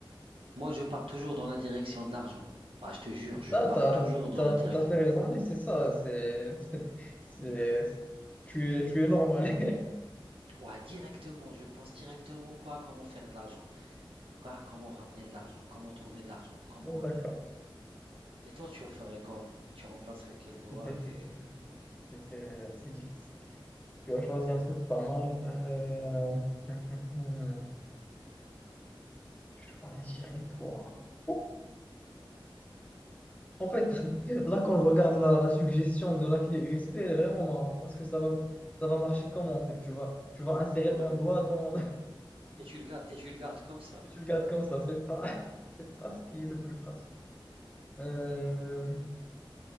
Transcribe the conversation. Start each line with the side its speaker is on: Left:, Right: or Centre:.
Right: Moi, je pars toujours dans la direction de l'argent. Ah, je te jure, je
Left: Ah,
Right: pars
Left: t'as,
Right: toujours
Left: t'as,
Right: dans
Left: t'as
Right: la
Left: tout
Right: direction
Left: à fait raison,
Right: de l'argent.
Left: mais c'est ça, c'est, c'est, c'est- tu es, tu es normal. <laughs>
Right: Ouais, directement. Je pense directement quoi, comment faire de l'argent. Quoi, comment ramener de l'argent. Comment trouver de l'argent. Comment...
Left: Ouais, d'accord.
Right: euh, Et toi, tu ferais quoi? Tu remplacerais quel doigt
Left: c'était c'était
Right: et...
Left: c'était c'était t'es- t'es- C'est difficile. Tu as choisi un truc pas mal. Euh... <laughs> Je choisirais quoi? Oh. En fait, <laughs> là, quand je regarde la, la suggestion de la clé USB, elle est vraiment marrante parce que ça va, ça va marcher comment, en fait? Tu vas, tu vas insérer
Right: Ouais.
Left: ton doigt dans,
Right: Et tu le gardes, et tu le gardes comme ça.
Left: tu le gardes comme ça, c'est pas, <laughs> c'est pas ce qui est le plus pratique. Euh,